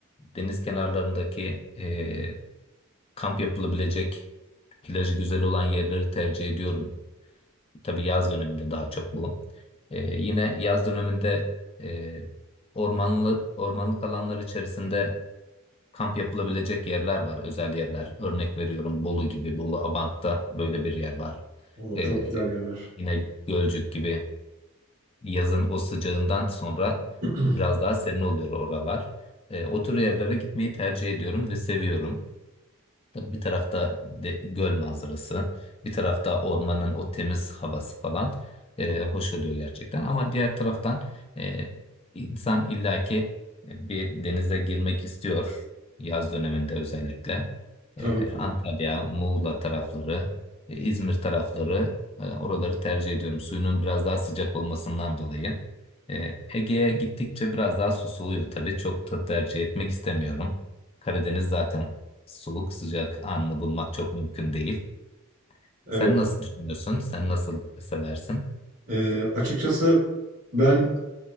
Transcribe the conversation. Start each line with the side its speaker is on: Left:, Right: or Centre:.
Left: deniz kenarlarındaki e, kamp yapılabilecek plajı güzel olan yerleri tercih ediyorum. Tabii yaz döneminde daha çok bu. E, yine yaz döneminde e, ormanlı, ormanlık alanlar içerisinde kamp yapılabilecek yerler var, özel yerler. Örnek veriyorum Bolu gibi, Bolu Abant'ta böyle bir yer var.
Right: Oo,
Left: Ee,
Right: çok güzel yerler.
Left: yine Gölcük gibi yazın o sıcağından sonra
Right: <clears throat>
Left: biraz daha serin oluyor oralar. Ee, o tür yerlere gitmeyi tercih ediyorum ve seviyorum. Tabii bir tarafta de, göl manzarası, bir tarafta ormanın o temiz havası falan e, hoş oluyor gerçekten. Ama diğer taraftan e, insan illaki bir denize girmek istiyor yaz döneminde özellikle.
Right: Tabii
Left: E,
Right: ki.
Left: Antalya, Muğla tarafları, e, İzmir tarafları e, oraları tercih ediyorum. Suyunun biraz daha sıcak olmasından dolayı. E, Ege'ye gittikçe biraz daha susuluyor tabii. Çok da tercih etmek istemiyorum. Karadeniz zaten Soğuk sıcak anını bulmak çok mümkün değil.
Right: Evet.
Left: Sen nasıl düşünüyorsun? Sen nasıl seversin?
Right: Ee, açıkçası ben